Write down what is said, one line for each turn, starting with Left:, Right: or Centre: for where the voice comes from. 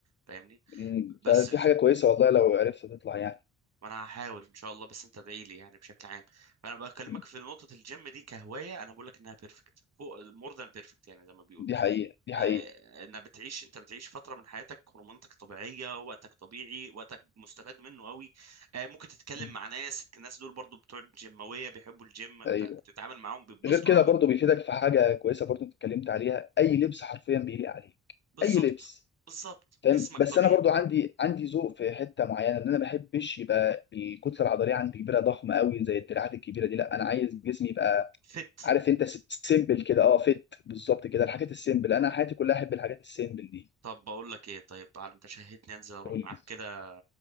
Right: فاهمني
Left: أمم،
Right: بس
Left: فدي
Right: الف...
Left: حاجه كويسه والله لو عرفت تطلع يعني
Right: ما انا هحاول ان شاء الله بس انت ادعي لي يعني بشكل عام فانا بكلمك
Left: أمم،
Right: في نقطة الجيم دي كهواية انا بقول لك انها بيرفكت فوق مور ذان بيرفكت يعني زي ما بيقولوا
Left: دي حقيقه دي
Right: آه،
Left: حقيقه
Right: انها بتعيش انت بتعيش فتره من حياتك هرموناتك طبيعيه وقتك طبيعي وقتك مستفاد منه قوي آه، ممكن تتكلم
Left: أمم،
Right: مع ناس الناس دول برضو بتوع الجيماويه بيحبوا الجيم
Left: ايوه
Right: فبتتعامل معاهم بيتبسطوا
Left: غير كده
Right: قوي
Left: برضو بيفيدك في حاجه كويسه برضو انت اتكلمت عليها اي لبس حرفيا بيليق عليك
Right: بالظبط
Left: اي لبس
Right: بالظبط
Left: فاهم
Right: جسمك
Left: بس
Right: طبيعي
Left: انا برضو عندي عندي ذوق في حته معينه ان انا ما بحبش يبقى الكتله العضليه عندي كبيره ضخمه قوي زي الدراعات الكبيره دي لا انا عايز جسمي يبقى
Right: فت
Left: عارف انت سيمبل كده اه فيت بالظبط كده الحاجات السيمبل انا حياتي كلها احب الحاجات السيمبل دي
Right: طب بقول لك ايه طيب على انت شهيتني انزل اروح
Left: قول
Right: معاك
Left: لي
Right: كده